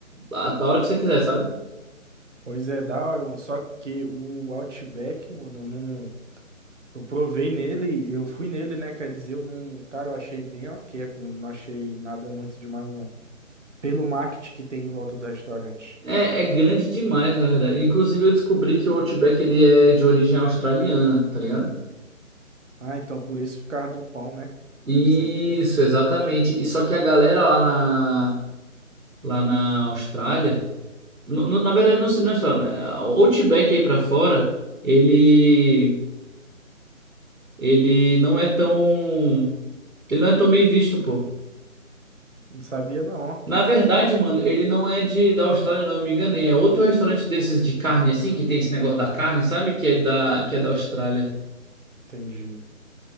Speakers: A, on the right; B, on the right.
A: a, a hora que você quiser, sabe?
B: Pois é, da hora, mano. Só que o Outback, mano, eu não. Eu provei nele, eu fui nele, né? Quer dizer, eu não. Cara, eu achei bem ok a comida, não achei nada muito demais, não. Pelo marketing que tem em volta do restaurante.
A: É, é grande demais, na verdade. Inclusive eu descobri que o Outback ele é de origem australiana, tá ligado?
B: Ah, então por isso por causa do pão, né? Deve
A: Isso,
B: ser. por isso.
A: exatamente. E só que a galera lá na lá na Austrália No- no- na verdade, não, se- não está. né? O Outback aí pra fora, ele. Ele não é tão. Ele não é tão bem visto, pô.
B: Não sabia, não, ó.
A: Na verdade, mano, ele não é de da Austrália, não, eu me enganei. É outro restaurante desses de carne, assim, que tem esse negócio da carne, sabe? Que é da, que é da Austrália.
B: Entendi.